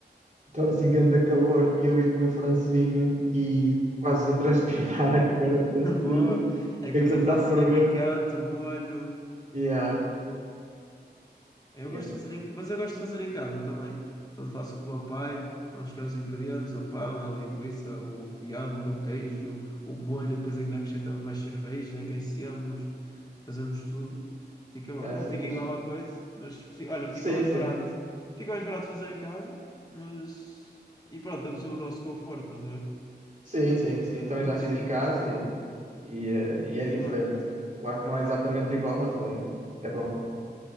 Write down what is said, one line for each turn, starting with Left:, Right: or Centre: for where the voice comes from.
Right: estar assim, grande calor e eu ir comer francesinha e quase a transpirar <laughs> a comer a francesinha.
Left: <laughs> Boa! É
Right: que
Left: que depois
Right: Aquilo
Left: a
Right: está
Left: francesinha
Right: a ferver.
Left: é picante, o molho.
Right: Yeah,
Left: Eu
Right: yeah.
Left: gosto de fazer em... Mas eu gosto de fazer em casa também. Quando faço com o meu pai, vamos buscar os ingredientes, o pão, a linguiça, o fiambre, o queijo, o molho, depois ainda acrescentamos mais cerveja, aquecemos, fazemos tudo. Fica bom.
Right: Yeah,
Left: Não
Right: isso
Left: fica
Right: é fixe.
Left: igual à coisa, mas fi- olha, fica
Right: Sim,
Left: mais
Right: sim.
Left: barato. Fica mais barato fazer em casa, mas. E pronto, temos o nosso conforto, estás a ver?
Right: Sim, sim, sim.
Left: Mas
Right: Também
Left: pronto,
Right: já fiz em casa e, e, eh, e é
Left: é
Right: diferente.
Left: bom.
Right: Claro que não é exatamente igual, mas é, é bom.